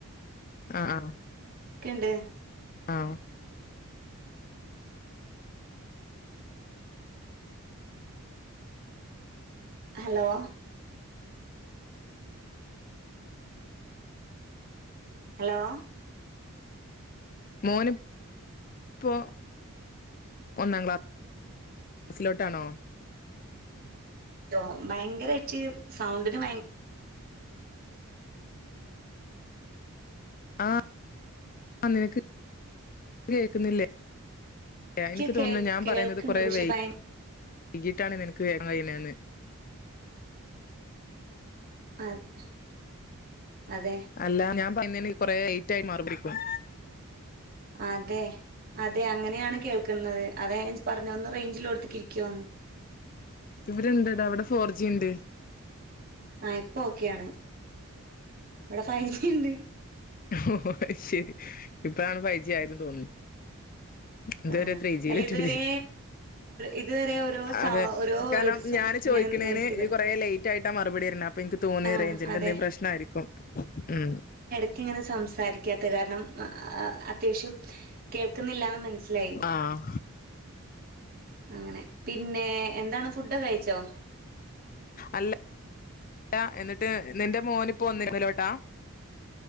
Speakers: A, on the left; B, on the right.
A: ആഹ ആ..
B: ക്ക്‌ൻണ്ട്..
A: ആഹ..
B: ഹലോ.. ഹലോ..
A: മോൻ പ്പോ ഒന്നാം ക്ലാസ്.. സിലോട്ട് ആണോ..
B: ട്ടോ ഭയങ്കരായ്ട്ട് സൗണ്ടിന് ഭയ..
A: ആഹ ആ നിനക്ക് കേൾക്കുന്നില്ലേ.. എനിക്ക്
B: കേ
A: തോന്നുന്നു ഞാൻ
B: കേൾക്ക്ണ്ട്
A: പറയുന്നത് കൊറെ
B: പക്ഷെ
A: വൈ..
B: ഭയ
A: കീട്ടാണ് നിനക്ക് വേഗം എന്ന്
B: അത് അതെ..
A: അല്ല ഞാൻ പറയുന്നതിന് കുറെലയ്റ്റ് ആയി മാറുപിടിക്കും..
B: അതെ അതെ അങ്ങനെയാണ് കേൾക്കുന്നത് അതെ പറഞ്ഞത് ഒന്ന് റൈഞ്ച് ഉള്ളൊട്ത്ക്ക്‌ ക്കിരിക്കുവോന്ന്..
A: ഇവിടെണ്ട് താ വിടെ ഫോർ ജി ഇണ്ട്..
B: ആഹ ഇപ്പ ഓക്കെയാണ് ഇവിടെ ഫൈവ് ജി ഇണ്ട്..
A: ഓ അഹ് ശെരി ഇപ്പഴാണ് ഫൈ ജി ആയത് തോനുണ്.. ഇതുവരെ
B: ആഹ്
A: ത്രീ ജിയിലിട്ട്
B: അല്ല ഇതുവരെ ഇതുവരെ ഓരോ സ
A: അതെ
B: ഓരോ
A: കാരണം..
B: വേഡ്സും
A: ഞാന്
B: ഇങ്ങനെ
A: ചോയ്ക്കിണിന്ന്
B: നീട്ടി വരുത്തി
A: ഈയ് കുറ ലേറ്റ്.. റ്റായിട്ട മറുപടി തരുന്നെ അപ്പ ഇൻക്ക് തോന്നി
B: ആഹ്
A: റേയ്ഞ്ച്ന്റെ
B: അതെ
A: എന്തെങ്കിലും പ്രശ്നം ആരിക്കും ഉം..
B: ന്ക്ക്‌ ഇങ്ങനെ സംസാരിക്കാത്ത കാരണം അത്യാവശ്യം.. കേൾക്കുന്നില്ലന്ന് മനസ്സിലായി
A: ആഹ്
B: അങ്ങനെ പിന്നെ.. എന്താണ് ഫുഡ് ഒക്കെ കഴിച്ചോ..
A: അല്ലാ എന്നിട്ട് നിന്റെ മോനിപ്പോ ഒന്നിലോട്ടാ..